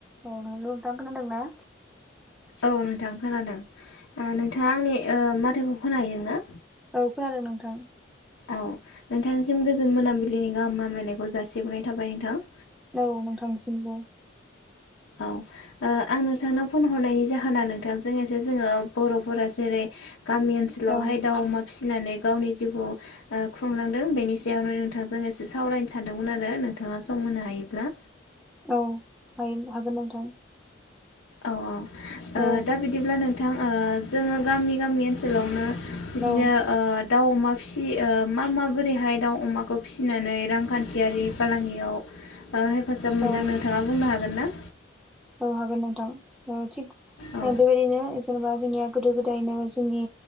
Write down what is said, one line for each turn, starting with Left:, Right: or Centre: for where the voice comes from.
Centre: अ हेल' नोंथां खोनादोंना।
Left: औ नोंथां खोनादों नोंथाङा आंनि ओ माथोखौ खोनाहैदों ना?
Centre: औ खोनादों नोंथां
Left: औ नोंथांनिसिम गोजोन मोनाबिलिनि गाहामलायनायखौ जासिह्रनाय थाबाय नोंथां।
Centre: औ नोंथांसिमबो
Left: औ आं नोंथांनाव फन हरनायनि जाहोना नोंथांजों एसे जोङो बर'फोरा जेरै गामि ओनसोलावहाय
Centre: औ
Left: दाउ अमा फिसिनानै गावनि जिउखौ खुंलांदों बेनि सायावनो नोंथांजों एसे सावरायनो सानदोंमोन आरो नोंथाङा सम होनो हायोब्ला।
Centre: औ हायो हागोन नोंथां।
Left: औ औ ओ
Centre: औ
Left: दा बिदिब्ला नोंथां ओ जोङो गामि गामि ओनसोलावनो। बिदिनो
Centre: औ
Left: ओ। दाउ अमा फिसियो मा माबोरैहाय दाउ अमाखौ फिसिनानै रांखान्थियारि फालांगियाव। हेफाजाब मोनदों
Centre: औ
Left: नोंथाङा बुंनो हागोन ना?
Centre: औ हागोन नोंथां थिग
Left: औ
Centre: बेबायदिनो जेनेबा जोंनिया गोदो गोदायनो जोंनि